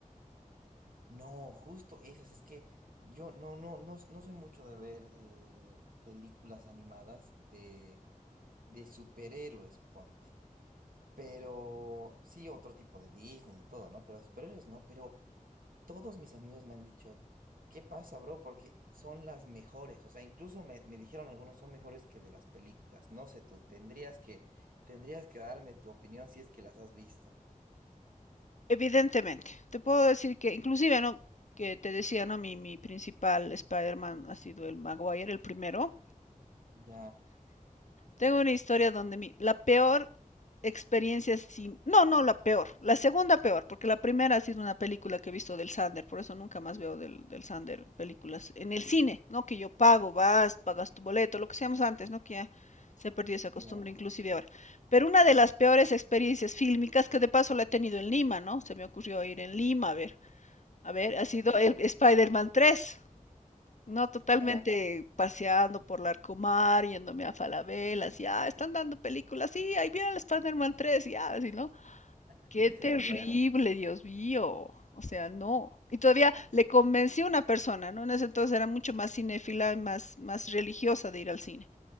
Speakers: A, on the right (about 85°); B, on the left (about 60°).
A: No, justo esas, es que yo no, no, no, no soy mucho de ver eh, películas animadas de, de superhéroes, ponte. Pero sí, otro tipo de Disney y todo, ¿no? Pero superhéroes no, pero todos mis amigos me han dicho, ¿qué pasa, bro? Porque son las mejores. O sea, incluso me, me dijeron algunos son mejores que de las películas. No sé tú, tendrías que, tendrías que darme tu opinión si es que las has visto.
B: Evidentemente, te puedo decir que inclusive, ¿no? Que te decía, ¿no? Mi, mi principal Spider-Man ha sido el Maguire, el primero.
A: Ya,
B: Tengo una historia donde mi, la peor experiencia sin... No, no, la peor. La segunda peor, porque la primera ha sido una película que he visto del Sander, por eso nunca más veo del, del Sander películas en el cine, ¿no? Que yo pago, vas, pagas tu boleto, lo que hacíamos antes, ¿no? Que ya se ha perdido esa costumbre
A: ya,
B: inclusive ahora. Pero una de las peores experiencias fílmicas que de paso la he tenido en Lima, ¿no? Se me ocurrió ir en Lima a ver. A ver, ha sido el Spider-Man 3. No, totalmente
A: ya,
B: paseando por Larcomar, yéndome a Falabella, así, ah, están dando películas, sí, ahí viene el Spider-Man 3, ya, así, ¿no?
A: <laughs>
B: Qué terrible,
A: ya,
B: Dios mío. O sea, no. Y todavía le convencí a una persona, ¿no? En ese entonces era mucho más cinéfila y más, más religiosa de ir al cine